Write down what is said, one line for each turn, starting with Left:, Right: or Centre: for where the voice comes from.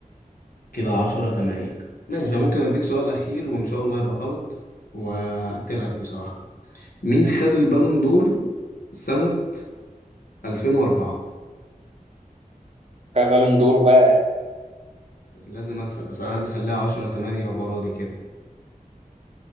Left: كده عشرة تمانية ماشي أنا ممكن أديك سؤال أخير وإن شاء الله يبقى غلط وأقتلك بصراحة مين خد البالون دور سنة 2004
Right: فبالون دور بقى
Left: لازم أكسب بس أنا عايز أخليها عشرة تمانية وأبقى راضي كده